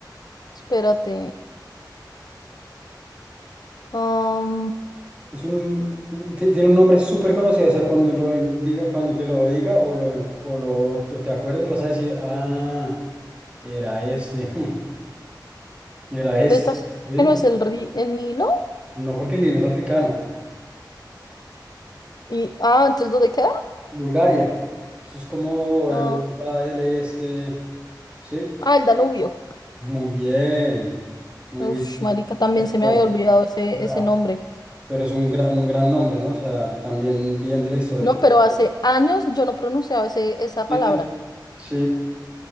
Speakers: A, on the left (about 60°); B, on the right (about 15°).
A: espérate. Um,
B: Es un, un- ti- tiene un nombre súper conocido, o sea, cuando lo en- diga, cuando te lo diga o lo, en- o lo o te acuerdes, vas a decir, ah, era este, <laughs> era este.
A: pero estás,
B: ¿Sí?
A: ¿qué no es el, ri- el Nilo?
B: No, porque el libro es africano.
A: Y, ah, ¿entonces dónde queda?
B: Bulgaria. Eso es como
A: Ah,
B: Europa del Este. Sí,
A: ah, el Danubio.
B: muy bien. Muy
A: Uf,
B: bien.
A: marica, también se me
B: Bravo,
A: había olvidado ese,
B: bravo.
A: ese nombre.
B: Pero es un gran, un gran nombre, ¿no? O sea, también bien de la historia.
A: No, pero hace años yo no pronunciaba ese, esa
B: Sí,
A: palabra.
B: sí,